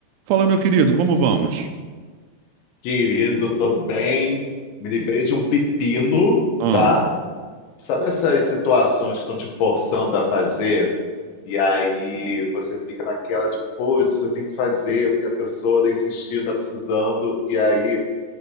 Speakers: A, on the right; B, on the left.
A: Fala, meu querido, como vamos?
B: Querido, tô bem. Me livrei de um pepino,
A: Ah,
B: tá? Sabe essas situações que estão te forçando a fazer? E aí você fica naquela, tipo, putz, eu tenho que fazer, porque a pessoa tá insistindo, tá precisando. E aí,